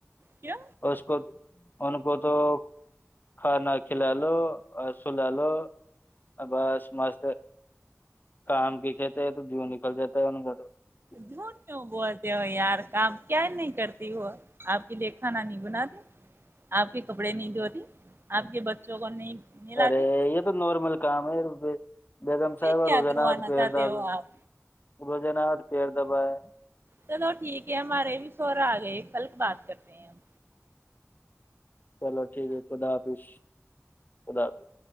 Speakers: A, on the right; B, on the left.
A: کیا
B: اس کو ان کو تو کھانا کھلالو اور سلالو بس مست کام کی کھت <unintelligible>
A: جھوٹ کیوں بول یار کام کیا نہیں کرتی ہو آپ کے لیے کھانا نہیں بناتیں آپ کے کپڑے نہیں دھوتیں آپ کے بچوں کو نہیں نہلاتے
B: ارے یہ تو نارمل کام ہے بیگم
A: پھر
B: صاحبہ
A: کیا
B: روزانہ
A: کروانا
B: پیرداب
A: چاہتے ہو آپ
B: روزانہ پیر دبائے
A: چلو ٹھیک ہے ہمارے بھی سوہر آ گئے کل بات کرتے ہیں ہم
B: چلو ٹھیک ہے خدا حافظ خداحافظ